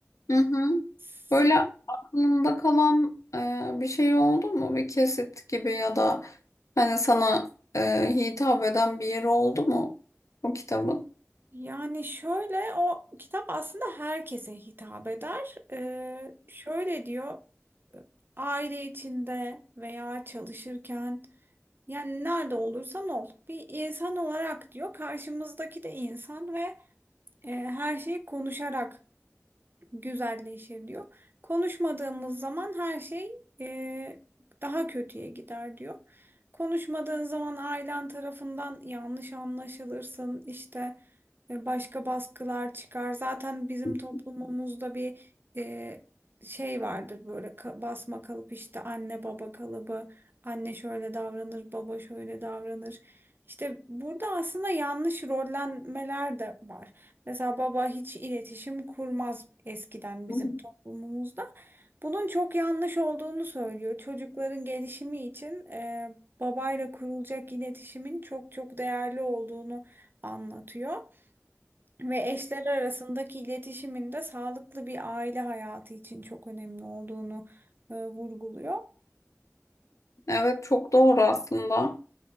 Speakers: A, on the left; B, on the right.
A: Hı hı.
B: Sen-
A: Böyle aklında kalan e, bir şey oldu mu? Bir kesit gibi ya da Hani sana e, hitap eden bir yeri oldu mu bu kitabın?
B: yani şöyle o kitap aslında herkese hitap eder. Ee, şöyle diyor aile içinde veya çalışırken yani nerede olursan ol bir insan olarak diyor karşımızdaki de insan ve E, her şey konuşarak güzelleşir diyor. Konuşmadığımız zaman her şey e, daha kötüye gider diyor. Konuşmadığın zaman ailen tarafından yanlış anlaşılırsın, işte e, başka baskılar çıkar. Zaten bizim
A: <laughs>
B: toplumumuzda bir e, şey vardır böyle ka- basma kalıp işte anne baba kalıbı, anne şöyle davranır, baba şöyle davranır. İşte burada aslında yanlış rollenmeler de var. Mesela baba hiç iletişim kurmaz eskiden bizim
A: Hı hı.
B: toplumumuzda. Bunun çok yanlış olduğunu söylüyor. Çocukların gelişimi için e, babayla kurulacak iletişimin çok çok değerli olduğunu anlatıyor. Ve eşler arasındaki iletişimin de sağlıklı bir aile hayatı için çok önemli olduğunu e, vurguluyor.
A: Evet çok doğru aslında.